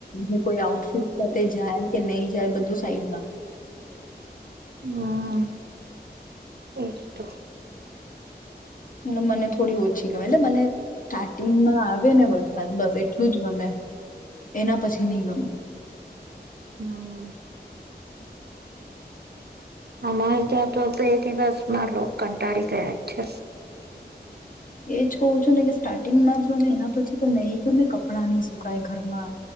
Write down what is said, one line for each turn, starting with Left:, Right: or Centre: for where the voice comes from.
Left: જે કોઈ આઉટફિટ સાથે જાય કે નહી જાય? બધું સાઈડમાં
Right: હા. એ તો
Left: એટલે મને થોડી ઓછી છી ગમે એટલે મને સ્ટાર્ટિંગમાં આવે ને વરસાદ બસ એટલું જ ગમે. એના પછી નહી ગમે
Right: હમ અમારે ત્યાં તો બે દિવસમાં લો કંટાળી ગયા જ છે
Left: એજ કવું છું ને કે સ્ટાર્ટિંગમાં જો ને એના પછી તો નહી ગયો ને કપડાં નહી સુકાય ઘરમાં